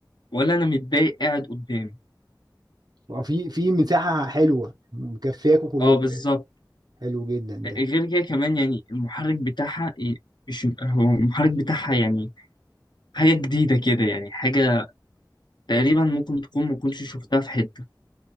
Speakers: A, on the left (about 75°); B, on the right (about 60°).
A: ولا انا متضايق قاعد قدامي
B: آه، في في مساحة حلوة مكفياكوا كلكم
A: اه بالظبط
B: يعني حلو جدا ده
A: غير كده كمان يعني المحرك بتاعها إيه، مش هو المحرك بتاعها يعني حاجة جديدة كده يعني حاجة تقريبا ممكن تكون ما كنتش شفتها في حتة